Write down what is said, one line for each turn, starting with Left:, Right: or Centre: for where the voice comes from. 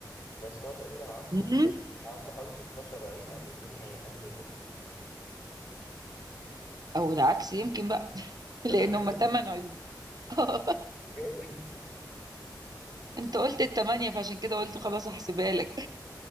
Left: بس هو تقريبا عنده
Right: مم.
Left: عنده حوالي 16 عين او 32 عين حاجه زي كده
Right: او العكس يمكن بقى <laughs> لان
Left: 8 عيون
Right: هم ثمان عيون <laughs>
Left: بجد
Right: انت قلت الثمانيه فعشان كده قلت خلاص هحسبها لك